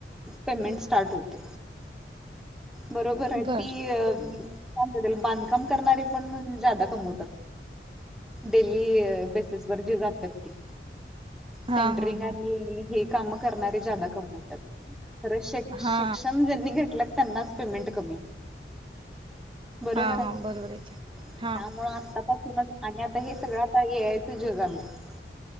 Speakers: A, in the centre; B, on the right.
A: पेमेंट स्टार्ट होतय बरोबर आहे
B: बर
A: ती काय म्हणता बांधकाम करणारे पण जादा कमवतात डेली बेसिस वर जे जात्यात ती
B: हा
A: सेंटरिंग
B: हा
A: आणि
B: हा
A: हे काम करणारे जादा कमवत्यात खर शिक
B: हा
A: शिक्षण ज्यांनी घेतलं त्यांनाच पेमेंट कमी बरोबर
B: हा
A: आहे
B: हा बरोबर की हा
A: त्यामुळे आत्ता पासूनच आणि आता हे सगळं आता ये यायचं जग आलंय